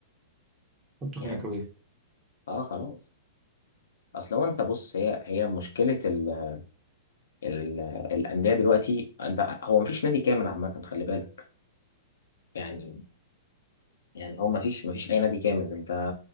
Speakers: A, on the right; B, on the left.
A: حطه في
B: يعني
A: الميكرويف
B: اه خلاص اصل هو انت بص هي هي مشكله ال ال الانديه دلوقتي انت هو مفيش نادي كامل عامه خلي بالك يعني يعني هو مفيش مفيش اي نادي كامل انت